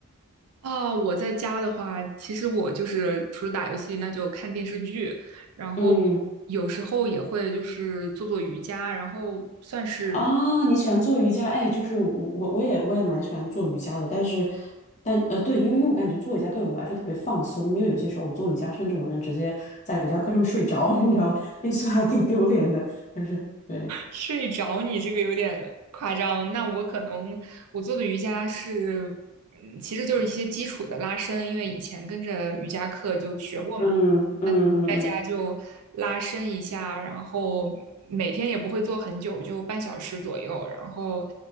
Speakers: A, on the right; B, on the left.
A: 哦，我在家的话，其实我就是除了打游戏，那就看电视剧，然后
B: 嗯，
A: 有时候也会就是做做瑜伽，然后算是。
B: 哦，你喜欢做瑜伽？哎，就是我我我也我也蛮喜欢做瑜伽的，但是但呃对，因为因为我感觉做瑜伽对我来说特别放松，因为有些时候我做瑜伽，甚至我能直接在瑜伽课上面睡着，<laughs> 你知道吗？<laughs> 那算还挺丢脸的，但是对。
A: 睡着你这个有点夸张。那我可能我做的瑜伽是，嗯，其实就是一些基础的拉伸，因为以前跟着瑜伽课就学过嘛。
B: 嗯嗯嗯嗯
A: 那在家就拉伸一下，然后每天也不会做很久，就半小时左右。然后